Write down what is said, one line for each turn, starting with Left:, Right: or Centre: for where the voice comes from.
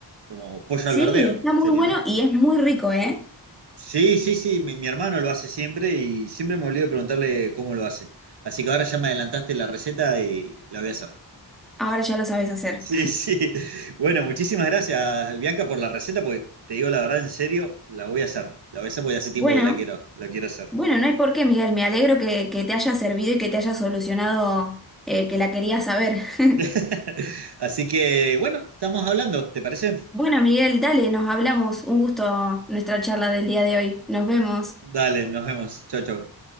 Right: como pollo
Centre: Sí,
Right: al verdeo,
Centre: está muy
Right: sería,
Centre: bueno
Right: ¿no?
Centre: y es muy rico, ¿eh?
Right: Sí, sí, sí, mi, mi hermano lo hace siempre y siempre me olvido de preguntarle cómo lo hace. Así que ahora ya me adelantaste la receta y la voy a hacer. <laughs>
Centre: Ahora ya lo sabes hacer.
Right: Sí, sí. Bueno, muchísimas gracias, Bianca, por la receta, porque te digo la verdad, en serio, la voy a hacer. La voy a hacer porque hace tiempo
Centre: Bueno,
Right: que la quiero, la quiero hacer.
Centre: bueno, no hay por qué, Miguel. Me alegro que, que te haya servido y que te haya solucionado eh, que la querías saber. <laughs>
Right: <laughs> Así que, bueno, estamos hablando, ¿te parece?
Centre: Bueno, Miguel, dale, nos hablamos. Un gusto nuestra charla del día de hoy. Nos vemos.
Right: Dale, nos vemos. Chau, chau.